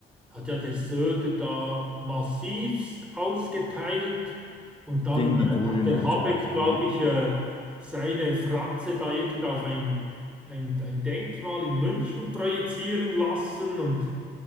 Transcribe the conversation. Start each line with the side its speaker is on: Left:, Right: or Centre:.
Centre: hat ja der Söder da massivst ausgeteilt und dann
Left: Gegen
Centre: äh,
Left: die Grünen
Centre: hat der
Left: und
Centre: Habeck,
Left: so weiter,
Centre: glaube
Left: ne?
Centre: ich, äh, seine Fratze da irgend auf ein, ein, ein Denkmal in München projizieren lassen und